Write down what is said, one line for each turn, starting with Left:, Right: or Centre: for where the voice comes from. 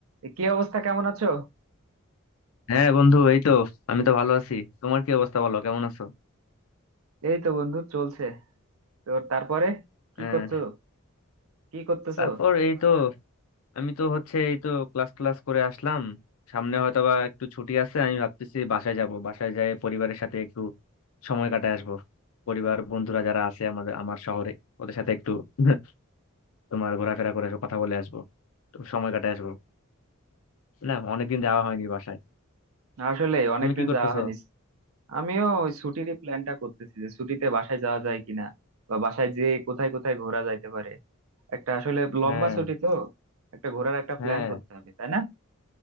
Right: এ, কি অবস্থা কেমন আছো
Left: হ্যাঁ বন্ধু এই তো আমি তো ভালো আছি তোমার কি অবস্থা বলো কেমন আছো
Right: এই তো বন্ধু চলছে তো তারপরে কি
Left: হ্যাঁ
Right: করছো কি করতেছো
Left: তারপর এই
Right: আজকাল
Left: তো আমি তো হচ্ছে এই তো ক্লাস ক্লাস করে আসলাম সামনে হয়তো বা একটু ছুটি আছে আমি ভাবতেছি বাসায় যাব বাসায় যাই পরিবারের সাথে একটু সময় কাটায় আসবো পরিবার বন্ধুরা যারা আছে আমাদের আমার শহরে ওদের সাথে একটু <laughs> তোমার ঘোরাফেরা করে আসবো কথা বলে আসবো তো সময় কাটায় আসবো না অনেকদিন যাওয়া হয়নি বাসায়
Right: আসলে অনেকদিন
Left: তুমি কি করতেছো
Right: যাওয়া হয়নি আমিও ওই ছুটির প্ল্যানটা করতেছি যে ছুটিতে বাসায় যাওয়া যায় কিনা বা বাসায় যে কোথায় কোথায় ঘোরা যাইতে পারে একটা আসলে লম্বা
Left: হ্যাঁ
Right: ছুটি তো একটা ঘোরার একটা
Left: হ্যাঁ
Right: প্ল্যান করতে হবে তাই না